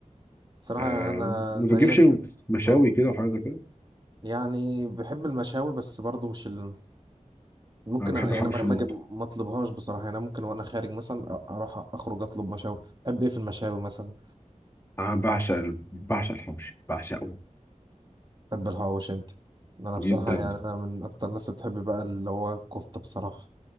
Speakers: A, on the right; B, on the left.
A: بصراحة
B: آه
A: يعني انا
B: ما بتجيبش
A: زيك بس
B: مشاوي
A: اه
B: كده وحاجات زي كده
A: يعني بحب المشاوي بس برضو مش ال... ممكن
B: انا بحب
A: أ- يعني
B: حوش
A: ما ما
B: الموت
A: أجي- ما اطلبهاش بصراحة يعني أنا ممكن وانا خارج مثلا أ- اروح اخرج اطلب مشاوي بحب ايه في المشاوي مثلا
B: انا بعشق ال- بعشق الحوش بعشقه
A: تحب الحواوشي انت انا بصراحه
B: جدا
A: يعني انا من اكتر الناس اللي بتحب بقى اللي هو الكفته بصراحه